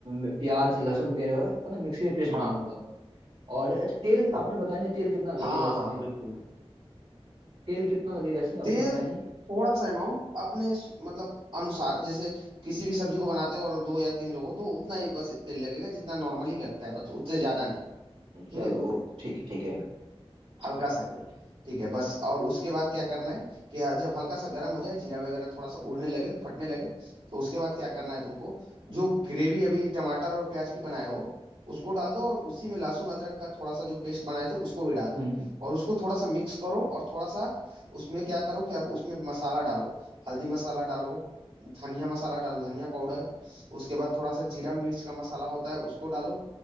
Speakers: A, on the right (about 85°); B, on the right (about 70°).
A: अ, प्याज लहसुन वगैरह का ना मिक्सी में पेस्ट बना
B: हाँ
A: लूंगा और अच्छा तेल
B: हाँ
A: आपने बताया नहीं तेल कितना लगेगा
B: हाँ हाँ
A: इसमें
B: मिक्सी में
A: तेल कितना लगेगा इसमें आपने
B: तेल
A: बताया
B: थोड़ा
A: नहीं
B: सा अमाउंट अपने स- मतलब अनुसार जैसे किसी भी सब्जी को बनाते हो और दो या तीन लोग हो तो उतना ही बस तेल लगेगा जितना नॉर्मली लगता है बस उससे ज्यादा नहीं ठीक
A: चलो
B: है
A: ठीक है ठीक है
B: हल्का सा तेल ठीक है बस और उसके बाद क्या करना है कि हाँ, जब हल्का सा गर्म हो जाए जीरा वगैरह थोड़ा सा उड़ने लगे फटने लगे तो उसके बाद क्या करना है तुमको जो ग्रेवी अभी टमाटर और प्याज की बनाए हो उसको डाल दो और उसी में लहसुन अदरक का थोड़ा सा जो पेस्ट बनाए थे उसको भी डाल दो
A: हम्म हम्म
B: और उसको थोड़ा सा मिक्स करो और थोड़ा सा उसमें क्या करो कि अब उसमें मसाला डालो हल्दी मसाला डालो धनिया मसाला डालो धनिया पाउडर उसके बाद थोड़ा सा जीरा मिर्च का मसाला होता है उसको डालो